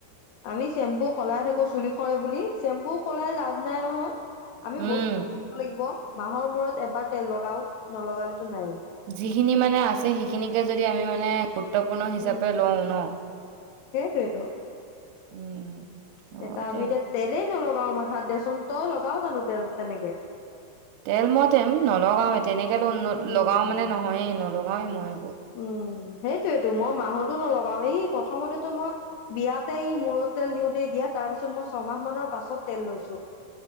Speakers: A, on the left; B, on the right.
A: আমি চেম্পু সলাই থাকো চুলি শৰে বুলি, চেম্পু সলাই লাভ নাই নহয়। আমি
B: উম
A: বস্তুটো লগাব লাগিব। মাহৰ মূৰত এবাৰ তেল লগাওঁ নলগালেতো নাইয়ে।
B: যিখিনি মানে আছে, সেইখিনিকে যদি আমি মানে গুৰুত্বপূৰ্ণ হিচাপে
A: উম
B: লও ন।
A: সেইটোয়েতো
B: উম, হ'য়
A: এটা আমি
B: দে
A: এতিয়া তেলেই নলগাও মাথাত দেচোন, তই লগায় জানো তেল তেনেকে?
B: তেল মই তেম নলগাওৱে, তেনেকে
A: উম
B: লগাও মানে নহয়েই, নলগাওয়ে মই।
A: উম, সেইটোয়েতো মই মাহতো নলগাও। এই প্ৰথমতেতো মই বিয়াতেই মূৰত তেল দিওঁতেই দিয়া তাৰ পিছত মই ছমাহ মানৰ পাছত তেল লৈছোঁ।